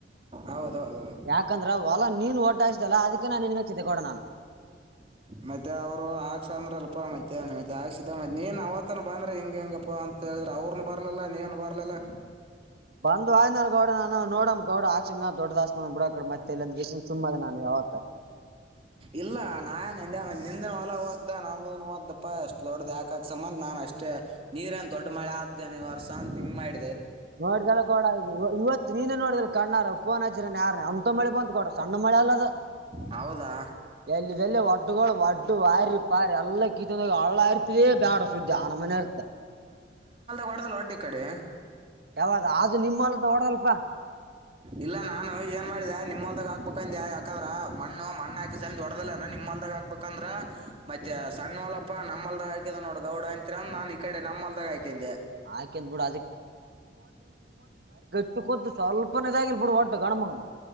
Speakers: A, on the right; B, on the right.
A: ಹೌದೌದೌದು
B: ಯಾಕಂದ್ರ ಹೊಲಾ ನೀನ್ ಒದ್ದಾಯ್ಸಿದಲ್ಲ ಅದಕ್ಕೆ ನಾನ್ ನಿನ್ಗ ಚಿತೆ ಗೋಡಣಾನ
A: ಮತ್ತೆ ಅವ್ರು ಹಾಕ್ಸ ಅಂದ್ರಲ್ಪಾ ಮತ್ತೆ ಮತ್ತೆ ಹಾಕ್ಸಿದ ಮತ್ತೆ ನೀನ್ ಅವತ್ತನ ಬಂದ್ರೆ ಹಂಗ ಹ ಹೆಂಗಪ್ಪಾ ಅಂತ ಅಂತ ಹೇಳಿದ್ರ ಅವ್ರನ್ ಬರಲಿಲ್ಲ ನೀನ್ ಬರಲಿಲ್ಲ
B: <unintelligible> ಬಂದು ಆಯ್ ನಾ ಗೌಡ ನೋಡಮ್ ಗೌಡ ಆಕ್ಷಂಗ ದೊಡ್ಡ ದಾಸಸ್ ಬಿಡಕಡ ಮತ್ತೆ ಇಂದ ಗ ಸುಮ್ಮ ಅದ ನಾನು ಮತ
A: ಇಲ್ಲ ನಾನ್ ಎಂದೆ ನಿಂದನ್ ಹೊಲ ಹದ್ದ ನಮ್ದನ್ ಹಓ್ದಪ್ಪಾಷ್ಟ ದೊಡ್ಡ ಯಾಕ್ಸಬಂದ ನಾನು ಅಷ್ಟ ಅಷ್ಟೇ ನೀರ ಏನ್ ದೊಡ್ಡ ಮಳೆ ಆದ್ದೇ ನೀ ವರ್ಷ ಅಂತ ಹಂಗ್ ಮಾಡ
B: ನೋಡ್ದಲ್ಲ ಕೋಡ ಇವತ್ತು ನೀನು ನೋಡ್ದಲ್ಲ ಕಣ್ಣಾರ ಪವನ್ ಹಜಿರ ಯಾರ ಅಂತ ಮಳೆ ಬಂತ್ ಕೊಡ ಸಣ್ಣ ಮಳೆ ಅಲ್ಲದು
A: ಹೌದಾ
B: ಇಲ್ಲದೆಲ್ಲ ಒಡ್ದು ಗಳು ಒಡ್ ಇಟ್ಟ ವಾರಿ ಪಾರಿ ಎಲ್ಲ ಕೀತ್ತಂದ ಹಳ್ಳ ಇರ್ತದೇ ಬೇಡ ಶುದ್ದ ಆನ ಮನೆ ಇರ್ತದ
A: ವಡದ ಒಡ್ಡ ಕಡೆ
B: ಯಾವಾಗ ಅದು ನಿಮ್ಮ ಹೊಲ ದೊಡ್ಡದು ಅಲ್ಲ ಅಪ್ಪ
A: ಇಲ್ಲ ನಾನು ಏನ್ ಮಾಡಿದೆ ನಿಮ್ಲ್ದಾಗ ಹಾಕ್ಬೇಕಂದ್ಯಾ ಯಾಕಂದ್ರ ಮಣ್ಣ ಮಣ್ಣ ಹಾಕಿಸ ಸ ದೊಡ್ಡ್ದ ನಿಮ್ಮ ಅಲ್ದಾಗ ಹಾಕ್ಬೇಕಂದ್ರ ಮತ್ತೆ ಸಣ್ಣ ಹೊಲಪ್ಪಾ ನಮ್ಮಲ್ದಾಗ ಹಾಕಿದ ನೋಡ ಗೌಡ ಅಂತಿರ ನಾನ್ ಈ ಕಡೆ ನ ನಮ್ಮ ಹೊಲ್ದಾಗ ಹಾಕಿದೆ
B: ಹಾಕಿದ್ ಬಿಡು ಕೂು ಸ್ವಲ್ಪನೇದಾಗಿಲಿ ಬಿುಡ ಒಟ್ಟು ಗಣಮಗ